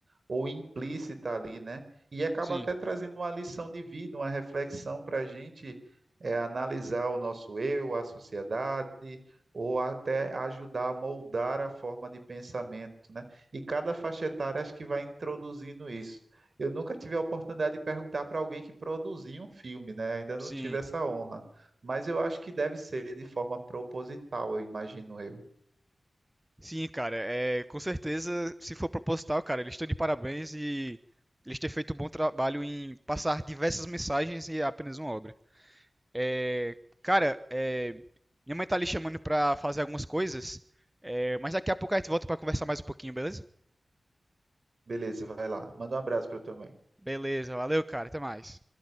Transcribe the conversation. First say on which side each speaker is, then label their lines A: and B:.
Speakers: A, on the right; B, on the right.
A: ou implícita ali, né? E acaba
B: Sim,
A: até trazendo uma lição de vida, uma reflexão para a gente é, analisar o nosso eu, a sociedade, ou até ajudar a moldar a forma de pensamento, né? E cada faixa etária acho que vai introduzindo isso. Eu nunca tive a oportunidade de perguntar para alguém que produziu um filme, né? Ainda
B: sim.
A: não tive essa honra. Mas eu acho que deve ser de forma proposital, eu imagino eu.
B: Sim, cara, é, com certeza, se for proposital, cara, eles estão de parabéns e eles têm feito um bom trabalho em passar diversas mensagens e apenas uma obra. É, cara, é, minha mãe tá ali chamando pra fazer algumas coisas, é, mas daqui a pouco a gente volta pra conversar mais um pouquinho, beleza?
A: Beleza, vai lá. Manda um abraço para tua mãe.
B: Beleza, valeu, cara, até mais.